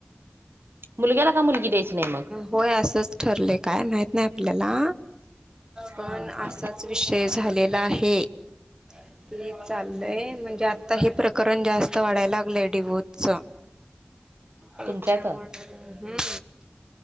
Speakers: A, on the right; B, on the right.
A: मुलग्याला का मुलगी द्यायची नाही मग
B: होय असंच ठरले काय माहत नाही आपल्याला पण
A: हम्म
B: असाच विषय झालेला आहे. ते चाललंय म्हणजे आता हे प्रकरण जास्त वाढायला लागलंय डीवोच. च्छामुळे,
A: तुमच्यात
B: हम्